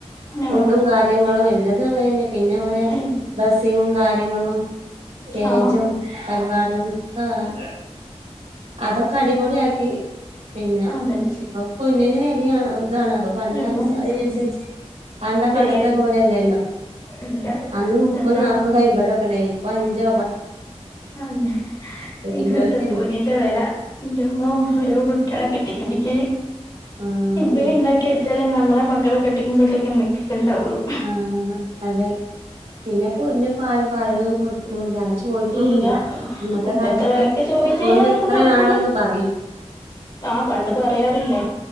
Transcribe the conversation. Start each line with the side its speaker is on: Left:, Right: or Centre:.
Left: നോ
Right: ഫുഡും കാര്യങ്ങളും എല്ലതും അങ്ങനെന്നെ പിന്നെ ഓരെ
Left: ഏഹ്
Right: ഡ്രസിങ്ങും കാര്യങ്ങളും സ്റ്റേജും
Left: ആഹ്
Right: പരിപാടികളും ക്കെ ആഹ് അതൊക്കെ അടിപൊളിയാക്കി പിന്നെ
Left: അതന്നെ
Right: ഇപ്പോ പൊന്നിന് വെലയാണ് ഇതാണ് അതോ <unintelligible>
Left: ഞമ്മ ഇപ്പം
Right: പണ്ടം
Left: ചെയ്യും
Right: പണ്ടത്തെ പോലെല്ലല്ലോ
Left: ഇല്ല
Right: അന്ന് മുപ്പതും
Left: എന്നാ
Right: നാല്പ്പതും അയ്മ്പതൊക്കെണ്ടായിന്ന് ഇപ്പോ അഞ്ചോ പ
Left: അതന്നെ ഇപ്പത്തെ
Right: ഇല്ലോൽക്കന്നെ
Left: പോ ന്നിന്റെ വെല ഇന്റെമ്മോ ഒരോ കുട്ടികളെ കെട്ടിക്കിണിക്ക്
Right: ആഹ് അതന്നെ
Left: ഇപ്പയെ ഇണ്ടാക്കി വെച്ചാലേ നമ്മളെ മക്കളെ കെട്ടിക്കുമ്പഴത്തേക്കും <unintelligible> വുള്ളു.
Right: ആഹ് അതെ പിന്നെ പൊന്ന് ഇപ്പാരും പറയണത് കൊടുക്കുണുല്ല ചോയിക്കുണുല്ല
Left: ഇല്ല
Right: അന്നത്തെ
Left: ഇപ്പത്തെ
Right: കാലത്തൊക്കെ
Left: വെലക്ക് ചോദിച്ച്
Right: പൊന്ന്
Left: കഴിഞ്ഞാ ആർക്കും
Right: ഇത്ര
Left: നടക്കൂല
Right: വേണന്ന് പറയും.
Left: ആഹ് പണ്ട് പറയാറില്ലേ